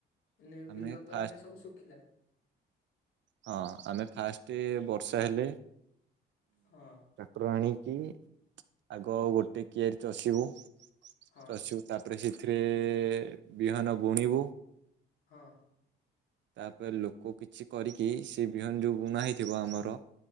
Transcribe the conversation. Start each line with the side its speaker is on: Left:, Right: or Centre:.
Left: ନେ
Right: ଆମେ
Left: ବିଲ ତ
Right: ଫାଷ୍ଟ
Left: ଏଇନେ ସବୁ ଶୁଖିଲା।
Right: ହଁ ଆମେ ଫାଷ୍ଟ ବର୍ଷା ହେଲେ
Left: ହଁ
Right: ଠାକୁରାଣୀ କି ଆଗ ଗୋଟେ କିଆରିଚଷିବୁ। ଚଷିବୁ
Left: ହଁ
Right: ତା ପରେ ସେ ଏଥିରେ ବିହନ ବୁଣିବୁ।
Left: ହଁ।
Right: ତାପରେ ଲୋକ କିଛି କରିକି କି ସେ ବିହନ ଯେଉଁ ବୁଣା ହୋଇଇଥିବ ଆମର